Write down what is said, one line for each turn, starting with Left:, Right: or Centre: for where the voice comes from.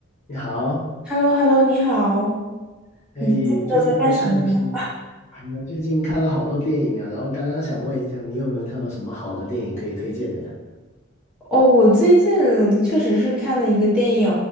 Left: 你好，
Centre: h e l l o h e l l o 你好，
Left: 哎，
Centre: 你最近都在干什么呀？
Left: 最近有没有看什么？哎呀，最近看了好多电影啊，然后刚刚想问一下，你有没有看过什么好的电影可以推荐的呀？
Centre: 哦，我最近确实是看了一个电影，